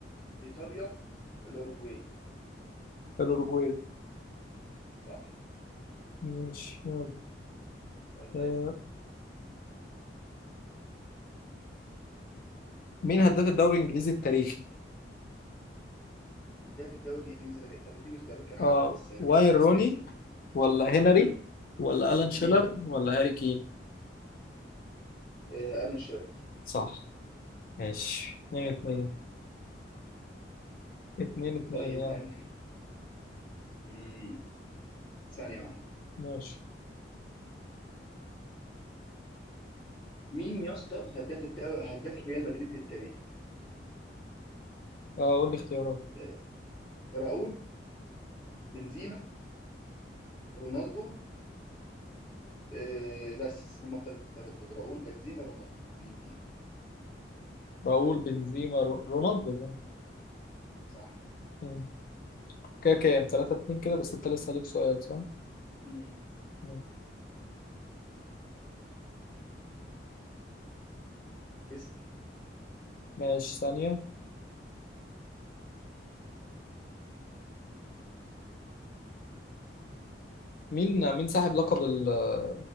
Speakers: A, on the left; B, on the left.
A: ايطاليا الاوروجواي
B: الأوروجواي
A: صح
B: ماشي يلا
A: الله
B: آه،
A: يسلمك
B: مين هداف الدوري الإنجليزي التاريخي؟
A: هداف الدوري الانجليزي لغاية- طب اديني اختيارات كان عارفه
B: اه
A: بس مش
B: واين
A: فاكر
B: روني
A: الاسم
B: ولا هنري
A: مم.
B: ولا ألان شيلر
A: مم.
B: ولا هاري كين
A: آه، ألان شيرر
B: صح ماشي اتنين
A: تمام
B: اتنين اتنين اتنين
A: طيب
B: يعني
A: آه، مم. ثانية واحدة
B: ماشي
A: مين يا اسطى هداف الدوري هداف ريال مدريد التاريخ
B: اه قول لي اختيارات
A: آه، راؤول بنزيما رونالدو آه، بس هم الثلاثة اختيارات دول راؤول بنزيما رونالدو مين فيهم
B: راؤول بنزيما رو- رونالدو ده.
A: صح
B: مم. كده كام تلاتة اتنين كده بس انت لسه ليك سؤال صح؟
A: مم.
B: مم.
A: اسم
B: ماشي ثانية مين مين صاحب لقب ال-